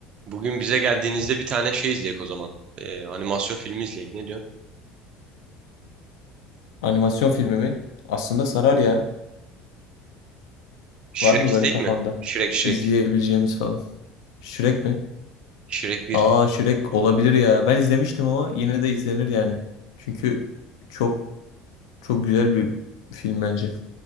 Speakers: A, on the right (about 50°); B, on the left (about 85°).
A: Bugün bize geldiğinizde bir tane şey izleyek o zaman. Ee, animasyon filmi izleyek. Ne diyorsun?
B: Animasyon filmi mi? Aslında sarar ya.
A: Shrek
B: Var mı
A: izleyek
B: böyle kafanda?
A: mi? Shrek
B: izleyebileceğimiz
A: Shrek.
B: falan. Shrek mi?
A: Shrek 1.
B: Aa Shrek olabilir ya. Ben izlemiştim ama yine de izlenir yani. Çünkü çok çok güzel bir film bence.